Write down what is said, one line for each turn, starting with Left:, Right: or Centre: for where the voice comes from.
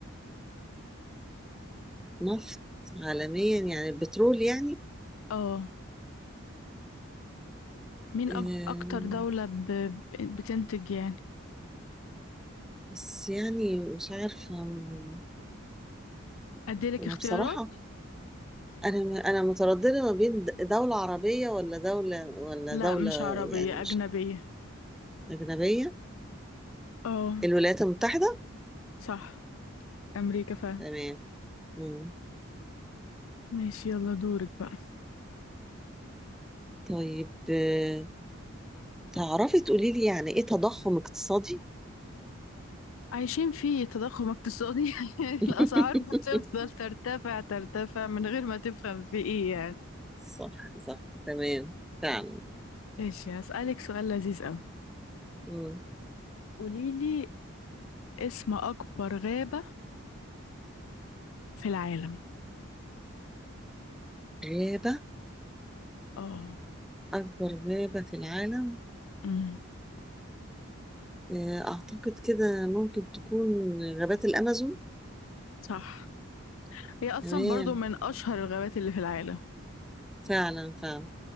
Centre: نفط عالميا يعني البترول يعني
Left: اه مين
Centre: آه،
Left: أك- أكتر دولة ب... ب- بتنتج يعني
Centre: بس يعني مش عارفة م-
Left: أديلك
Centre: ما
Left: اختيارات
Centre: بصراحة أنا م- أنا مترددة ما بين د- دولة عربية ولا دولة ولا
Left: لا
Centre: دولة
Left: مش عربية
Centre: يعني مش
Left: أجنبية
Centre: أجنبية
Left: اه
Centre: الولايات المتحدة
Left: صح أمريكا فعلا
Centre: تمام مم.
Left: ماشي يلا دورك بقى
Centre: طيب آه، تعرفي تقولي لي يعني إيه تضخم اقتصادي؟
Left: عايشين في تضخم اقتصادي <laughs>
Centre: <laughs>
Left: الأسعار بتفضل ترتفع ترتفع من غير ما تفهم في ايه يعني
Centre: صح صح تمام فعلا
Left: ماشي هسألك سؤال لذيذ أوي
Centre: مم.
Left: قوليلي اسم أكبر غابة في العالم
Centre: غابة
Left: اه
Centre: أكبر غابة في العالم
Left: امم
Centre: آه، أعتقد كده ممكن تكون غابات الأمازون
Left: صح هي اصلا
Centre: تمام
Left: برضو من اشهر الغابات اللي في العالم
Centre: فعلا فعلا